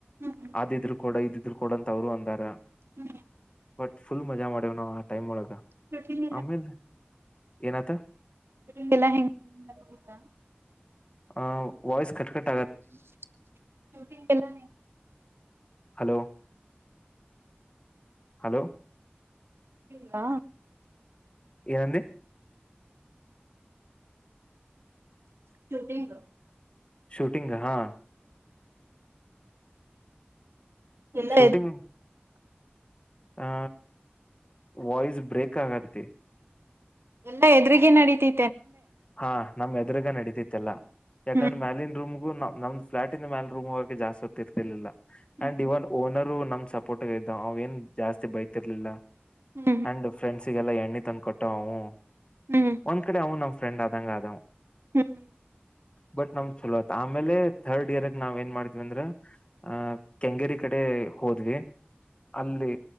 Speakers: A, on the right; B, on the left.
A: ಹ್ಮ್
B: ಆದಿದ್ರು ಕೂಡ ಇದು ಇದ ಕೊಡಂತ ಅವ್ರು ಅಂದಾರ
A: ಹ್ಮ್
B: ಬಟ್ ಫುಲ್ ಮಜಾ ಮಾಡೇವ್ ನಾ ಆ ಟೈಮ್ ಒಳಗ
A: ಕಠನಲ್ಲ
B: ಆಮೇಲ್ ಏನತ
A: ಲ್ಲ ಹೆಂಗ ತ್ತ
B: ಆ ವಾಯ್ಸ್ ಕಟ್ಕಟ್
A: ಶ
B: ಹಲೋ ಹಲೋ
A: ನಾೀ
B: ಏನಂದ
A: ಶೂಟಿಂಗ್
B: ಶೂಟಿಂಗ್ ಹಾ
A: ಎಲ್ಲ
B: ಶೂಟಿಂಗ್ ಆ ವಾಯ್ಸ್ ಬ್ರೇಕ್ ಆಗತಿ
A: ಎಲ್ಲಾ ಎದ್ರಗ ನಡೀತಿ
B: ಹಾ ನಮ್ ಎದರುಗ ನಡೀಿತೈತೆಲ್ಲಾ ಯಾಕಂದ್ರೆ
A: ಹ್ಮ್
B: ಮ್ಯಾಲಿನ್ ರೂಮ್ಗು ನಮ್ದ ಫ್ಲಾಟಿನ ಮೇಾಲ ರೂಮ್ ಹೋಗಕ ಜಸ್ತಿತ್ತತಿರ್ತಿರ್ಲಿಲ್ಲ
A: ಹ್ಮ್
B: ಅಂಡ್ ಇವನ್ ಓನರ್ ಸಪೋರ್ಟ್ಗ ಇದ್ದ ಅವ ಏನ್ ಜಾಸ್ತಿ ಬೈತಿರ್ಲಿಲ್ಲ
A: ಹ್ಮ್
B: ಅಂಡ್ ಫ್ರೆಂಡ್ಸ್ ಎಲ್ಲಾ ಎಣ್ಣೆ ತಂದ್ ಕೊಟ್ಟವು
A: ಹ್ಮ್
B: ಒಂದ್ ಕಡೆ ಅವನ ಫ್ರೆಂಡ್ ಅದಂ ಹ್ಯದಂ
A: ಹ್ಮ್ ಹ್ಮ್
B: ಬಟ್ ನಮ್ ಚಲೋ ಆತ್ ಆಮೇಲೆ ಥರ್ಡ್ ಇಯರ್ಗ್ ನಾವ್ ಏನ್ ಮಾಡಿದ್ವಿ ಅಂದ್ರ ಆಹ ಕೆಂಗೇರಿ ಕಡೆ ಹೋದ್ವಿ ಅಲ್ಲಿ